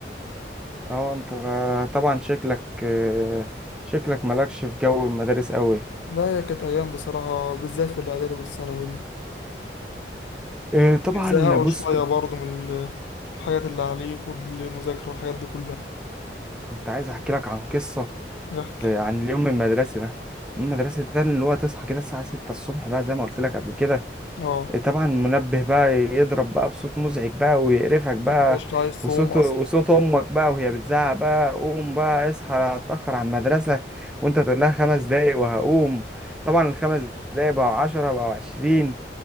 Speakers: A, in the centre; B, on the left.
A: اه انت طبعا شكلك آه، شكلك مالكش في جو المدارس قوي
B: لا هي كانت أيام بصراحة بالذات في الإعدادي والثانوي دي
A: آه، طبعا
B: يزهقوا
A: بص
B: شوية
A: كنت
B: برضو من ال- الحاجات اللي عليك والمذاكرة والحاجات دي كلها
A: كنت عايز احكي لك عن قصه
B: يحكي
A: عن اليوم المدرسي ده المدرسي ده اللي هو تصحى كده الساعه 6 الصبح بقى زي ما قلت لك قبل كده
B: اه
A: طبعا المنبه بقى يضرب بقى بصوت مزعج بقى ويقرفك بقى
B: متبقاش عايز
A: وصوت
B: تقوم أصلا
A: وصوت امك بقى وهي بتزعق بقى قوم بقى اصحى أنا هتاخر على المدرسه وانت تقول لها خمس دقايق وهقوم طبعا الخمس دقايق بقوا عشرة بقوا عشرين